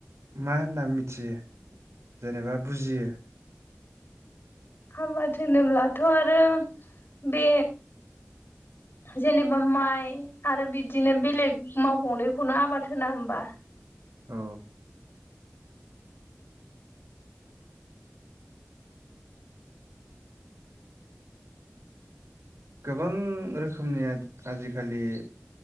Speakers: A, on the right; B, on the left.
A: मा होनना मिथियो। जेनेबा बुजियो
B: हाबा होनोनोब्लाथ' आरो बे जेनेबा माइ आरो बिदिनो बेलेग मावबावनायखौनो आबाद होना होमबा?
A: औ। गोबां रोखोमनिया आजिखालि